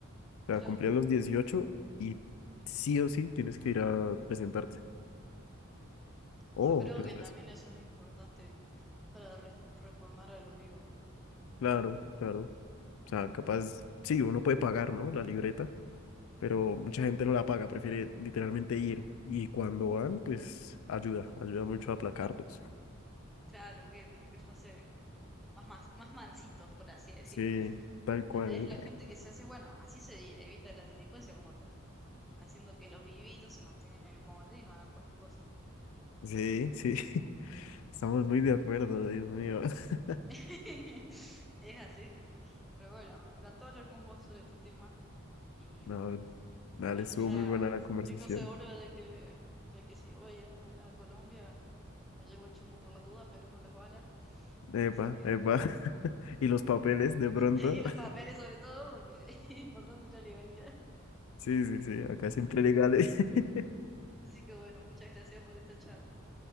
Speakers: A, on the left; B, in the centre.
A: O
B: claro.
A: sea, cumplían los 18 y sí o sí tienes que ir a presentarte. Oh,
B: Y yo creo
A: pues,
B: que
A: res-
B: también eso es importante para refo- reformar a los vivos.
A: claro, claro. O sea, capaz, sí, uno puede pagar, ¿no? La libreta, pero mucha gente no la paga, prefiere literalmente ir. Y cuando van, pues ayuda, ayuda mucho a aplacarlos.
B: Claro, que como que los hace más, más, más mansitos, por así decirlo.
A: Sí, tal
B: ¿Entendés?
A: cual.
B: La gente que se hace, bueno, así se evita la delincuencia como tal. haciendo que los vivitos se mantengan en el molde y no hagan cualquier cosa.
A: Sí, sí, <laughs> estamos muy de acuerdo, Dios mío. <laughs>
B: <laughs> Es así. Pero bueno, me encantó hablar con vos sobre este tema. Y
A: No, dale,
B: bueno,
A: estuvo
B: ya
A: muy buena la conversación.
B: tengo seguro de que, de que si voy a, a Colombia me llevo el chumbo por las dudas, pero no las balas.
A: Epa,
B: Así que,
A: epa. <laughs> ¿Y los papeles de pronto?
B: <laughs> y los
A: <laughs>
B: papeles sobre todo, porque <laughs> es importante la legalidad.
A: Sí, sí, sí, acá siempre legales. <laughs>
B: Así que bueno, muchas gracias por esta charla.